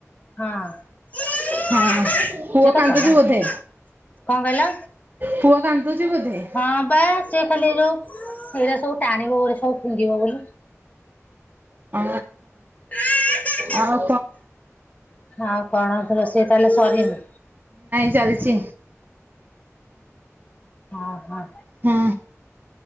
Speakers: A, on the left; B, on the right.
A: ହଁ ସେ
B: ହଁ ପୁଅ
A: ତ
B: କାନ୍ଦୁଛି
A: କଲାନି
B: ବୋଧେ
A: କଣ କହିଲ
B: ପୁଅ କାନ୍ଦୁଛି ବୋଧେ।
A: ହଁ ବା ସେ ଖାଲି ଯୋଉ ଏଇଟା ସବୁ ଟାଣିବ ବୋଲି ସବୁ ଫିଙ୍ଗିବ ବୋଲି।
B: ଓ
A: ଆଁ ହାଁ।
B: ଆଉ
A: ଆଉ କଣ ରୋଷେଇ ତାହେଲେ ସରିନି?
B: ଚାଲିଚି।
A: ହଁ ହଁ।
B: ହୁଁ।